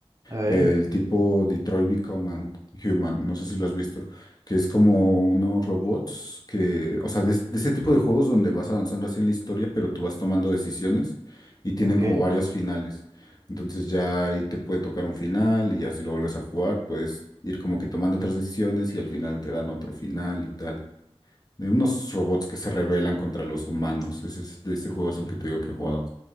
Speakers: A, on the right; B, on the left.
A: A ver.
B: el tipo Detroit Become a Human, no sé si lo has visto, que es como unos robots que, o sea, de, de ese tipo de juegos donde vas avanzando así en la historia, pero tú vas tomando decisiones y tienen
A: ok.
B: como varios finales. Entonces ya ahí te puede tocar un final y ya si lo vuelves a jugar, puedes ir como que tomando otras decisiones y al final te dan otro final y tal. De unos robots que se rebelan contra los humanos. Ese es, de ese juego es el que te digo que he jugado.